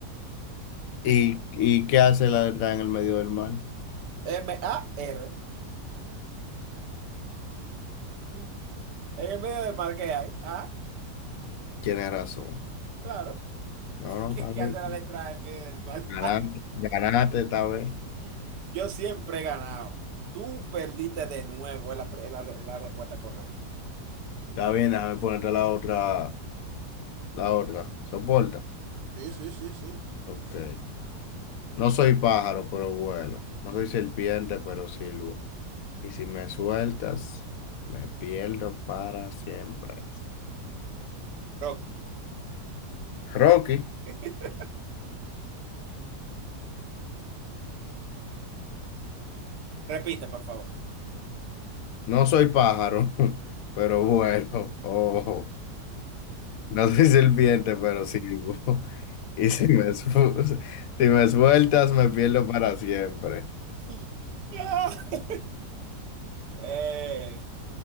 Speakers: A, on the left; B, on the right.
A: ¿Y, y qué hace la de estar en el medio del mar?
B: M-A-R. Sí. En el medio del mar que hay. Ah,
A: Tienes razón.
B: claro.
A: No,
B: <laughs>
A: no, está
B: ¿Qué, qué
A: bien.
B: hace la letra A en medio del mar?
A: Ganaste, ganaste esta vez.
B: <laughs> Yo siempre he ganado. Tú perdiste de nuevo es la, es la- es la respuesta correcta.
A: Está bien, déjame ponerte la otra, la otra. ¿Soporta?
B: Sí, sí, sí, sí.
A: Ok. No soy pájaro, pero vuelo. No soy serpiente, pero silbo. Y si me sueltas, me pierdo para siempre.
B: Rocky.
A: Rocky,
B: <laughs> Repite, por favor.
A: no soy pájaro, <laughs> pero vuelo. Ojo. No soy serpiente, pero silbo. <laughs> Y si me, su- <laughs> si me sueltas, me pierdo para siempre.
B: Sí. <laughs> Ah, eh,